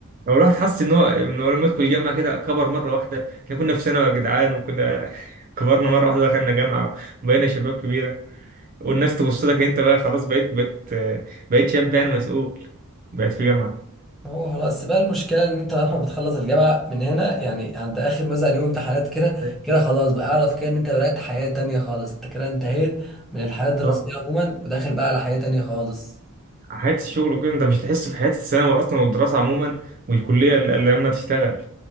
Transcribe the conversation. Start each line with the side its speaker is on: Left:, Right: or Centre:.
Right: هو الواحد حس ان هو ان هو لما يدخل الجامعه كده كبر مره واحده احنا كنا في ثانوي يا جدعان وكنا <laughs> كبرنا مره واحده دخلنا جامعه وبقينا شباب كبيره والناس تبص لك انت بقى خلاص بقيت بقيت بقيت شاب يعني مسؤول بقيت في جامعه
Centre: ما هو خلاص بقى المشكلة إن أنت لما بتخلص الجامعة من هنا يعني عند آخر مثلا يوم امتحانات كده
Right: أيوة.
Centre: كده خلاص بقى أعرف كده إن أنت بدأت حياة تانية خالص أنت كده انتهيت من الحياة الدراسية
Right: اه
Centre: عموما وداخل بقى على حياة تانية خالص
Right: حياه الشغل وكده انت مش هتحس في حياه الثانوي اصلا والدراسه عموما والكليه الا إلا لما تشتغل